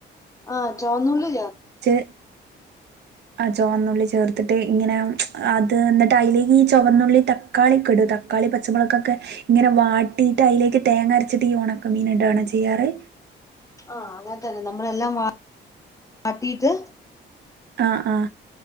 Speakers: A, on the left; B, on the right.
A: ആഹ് ചോന്നള്ളി
B: ച ആ ചുവന്നുള്ളി ചേർത്തിട്ട് ഇങ്ങനെ അത് എന്നിട്ട് അയിലേക്ക് ഈ ചുവന്നുള്ളി തക്കാളി ഒക്കെ ഇടും തക്കാളി പച്ചമുളകൊക്കെ ഇങ്ങനെ വാട്ടിയിട്ട് അതിലേക്ക് തേങ്ങരച്ചിട്ട് ഉണക്കമീൻ ഇടാണ് ചെയ്യാറ്
A: ആഹ അങ്ങനെ തന്നെ നമ്മളെല്ലാം വാട്ടീട്ട്
B: ആഹ ആഹ